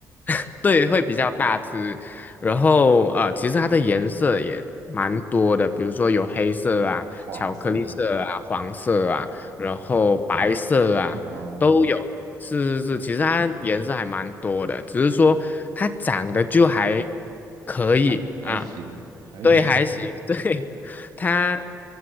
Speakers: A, on the left; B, on the right.
A: <laughs> 对，会比较大只。然后呃，其实它的颜色也蛮多的，比如说有黑色啊、
B: 黄色，
A: 巧克力色啊、黄色啊，然后白色啊都有。
B: 然后
A: 是是是，其实它颜色还蛮多的，只是说它长得就还可以啊。
B: 还还行，还行，
A: 对，还行，对，<laughs> 它，